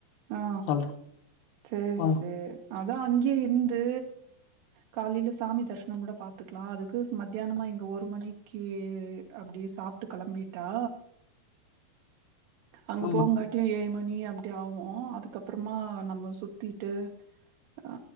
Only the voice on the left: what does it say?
சொல்றே
போலா
ஆமா